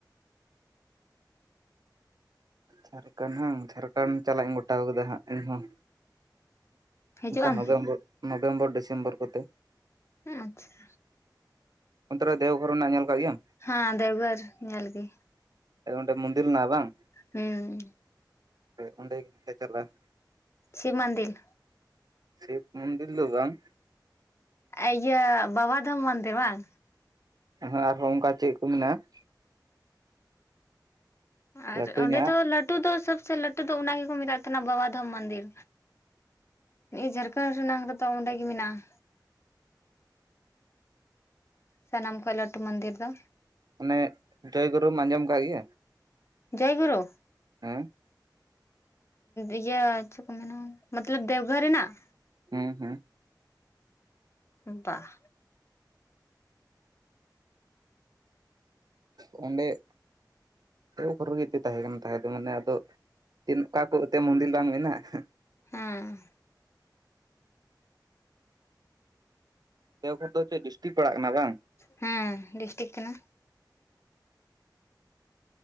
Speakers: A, on the right; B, on the left.
A: ᱡᱷᱟᱲᱠᱷᱚᱸᱰ ᱵᱟᱝ <unintelligible> ᱡᱷᱟᱲᱠᱷᱚᱸᱰ ᱪᱟᱞᱟᱜ ᱤᱧ ᱜᱚᱴᱟ ᱟᱠᱟᱫᱟ ᱦᱟᱸᱜ ᱤᱧᱦᱚᱸ
B: ᱦᱤᱡᱩᱜ
A: ᱚᱱᱠᱟ
B: ᱟᱢ
A: ᱱᱚᱵᱷᱮᱢᱵᱚᱨ, ᱱᱚᱵᱷᱮᱢᱵᱚᱨ ᱰᱤᱥᱮᱢᱵᱚᱨ ᱠᱚᱛᱮ
B: ᱟᱪᱪᱷᱟ
A: ᱚᱱᱛᱮ ᱨᱮ ᱫᱮᱣᱜᱷᱚᱨ ᱦᱮᱱᱟᱜᱼᱟ ᱧᱮᱞ ᱟᱠᱟᱜ ᱜᱮᱭᱟᱢ?
B: ᱦᱮᱸ ᱫᱮᱣᱜᱷᱚᱨ ᱧᱮᱞ ᱜᱮ᱾
A: ᱮ ᱚᱰᱮ ᱢᱚᱱᱫᱤᱨ ᱢᱮᱱᱟᱜᱼᱟ ᱵᱟᱝ
B: ᱦᱩᱸ
A: ᱦᱳᱭ ᱚᱸᱰᱮ ᱜᱮᱞᱮ ᱪᱟᱞᱟᱜᱼᱟ᱾
B: ᱥᱤᱵ ᱢᱚᱱᱫᱤᱞ
A: ᱥᱤᱵ ᱢᱚᱱᱫᱤᱞ ᱫᱚ ᱵᱟᱝ᱾
B: ᱤᱭᱟᱹ ᱵᱟᱵᱟ ᱫᱷᱚᱢᱚᱱ ᱢᱚᱱᱫᱤᱞ ᱵᱟᱝ
A: ᱦᱮᱸ ᱟᱨᱦᱚᱸ ᱚᱱᱠᱟ ᱪᱮᱠ ᱠᱚ ᱢᱮᱱᱟᱜᱼᱟ᱾
B: ᱟᱨ
A: ᱞᱟᱹᱴᱩ
B: ᱚᱸᱰᱮ
A: ᱧᱚᱜᱼᱟᱜ
B: ᱫᱚ ᱞᱟᱹᱴᱼᱼ ᱞᱟᱹᱴᱩ ᱫᱚ ᱥᱚᱵᱥᱮ ᱞᱟᱹᱴᱩ ᱫᱚ ᱚᱱᱟ ᱜᱮᱠᱚ ᱢᱮᱛᱟᱜ ᱛᱟᱦᱮᱱᱟ ᱵᱟᱵᱟ ᱫᱷᱚᱢ ᱢᱚᱱᱫᱤᱨ᱾ ᱱᱤᱭᱟᱹ ᱡᱷᱟᱲᱠᱷᱚᱸᱰ ᱫᱚ <unintelligible> ᱨᱮᱫᱚ ᱚᱸᱰᱮ ᱜᱮ ᱢᱮᱱᱟᱜᱼᱟ ᱥᱟᱱᱟᱢ ᱠᱷᱚᱱ ᱞᱟᱹᱴᱩ ᱢᱚᱱᱫᱤᱨ ᱫᱚ
A: ᱚᱱᱮ ᱫᱚᱭ ᱜᱩᱨᱩᱢ ᱟᱸᱡᱚᱢ ᱟᱠᱟᱜ ᱜᱮᱭᱟ᱾
B: ᱡᱚᱭ ᱜᱩᱨᱩ
A: ᱦᱮᱸ
B: ᱤᱭᱟᱹ ᱪᱮᱫ ᱠᱚ ᱢᱮᱱᱟ ᱢᱚᱛᱞᱚᱵ ᱫᱮᱣᱜᱷᱚᱨ ᱨᱮᱱᱟᱜ᱾
A: ᱦᱩᱸ ᱦᱩᱸ
B: ᱵᱟᱜ
A: ᱚᱸᱰᱮ ᱮ ᱠᱷᱨᱮᱜ <unintelligible> ᱮ ᱛᱟᱦᱮᱸ ᱠᱟᱱᱟ ᱛᱟᱦᱮᱸ ᱫᱚ ᱢᱟᱱᱮ ᱟᱫᱚ ᱪᱮᱫ ᱚᱠᱟ ᱠᱚ ᱮᱱᱛᱮᱫ ᱢᱚᱱᱫᱤᱨ ᱵᱟᱝ ᱢᱮᱱᱟᱜᱼᱟ ᱦᱟᱸ
B: ᱦᱩᱸ
A: ᱫᱮᱣᱜᱷᱚᱨ ᱫᱚ ᱪᱮᱫ ᱰᱤᱥᱴᱤᱠ ᱯᱟᱲᱟᱜ ᱠᱟᱱᱟ ᱵᱟᱝ
B: ᱦᱩᱸ ᱰᱤᱥᱴᱤᱠ ᱠᱟᱱᱟ᱾